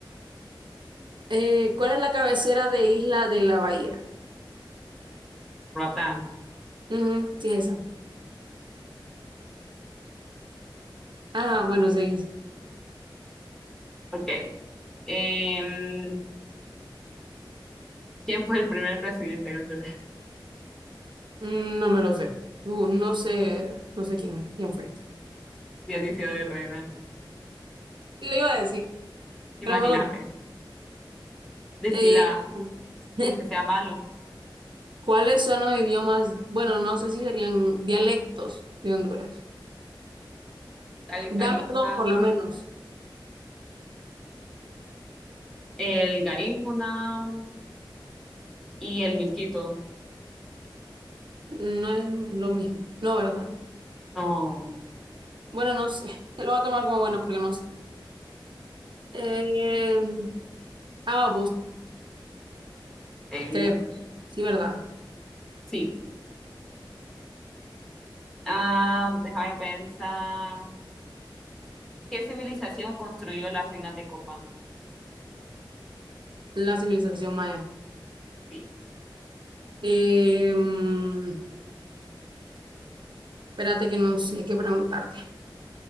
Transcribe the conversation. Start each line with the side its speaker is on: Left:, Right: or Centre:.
Right: Eh, ¿cuál es la cabecera de Isla de la Bahía?
Centre: Roatán.
Right: Ujú, sí, esa. Ajá, bueno, seguís.
Centre: Ok. Em, ¿quién fue el primer presidente de Honduras? <laughs>
Right: Mm, no me lo sé. No, no sé, no sé quién, es, quién fue.
Centre: Dionisio de Herrera.
Right: Lo iba a decir,
Centre: Imagínate.
Right: pero no lo dije.
Centre: Decila,
Right: Eh, <laughs>
Centre: aunque sea malo.
Right: ¿cuáles son los idiomas? Bueno, no sé si serían dialectos de Honduras.
Centre: El Garífuna.
Right: Dame dos, por lo menos.
Centre: El Garífuna y el Milquito.
Right: No es lo mismo. No, ¿verdad?
Centre: No.
Right: Bueno, no sé. <laughs> Lo voy a tomar como bueno porque no sé. Eh, ah,
Centre: el-
Right: creo Sí, ¿verdad?
Centre: Sí. Ah, déjame pensar. ¿Qué civilización construyó las ruinas de Copán?
Right: La civilización maya.
Centre: Sí.
Right: Eh, mm, espérate que no sé qué preguntarte.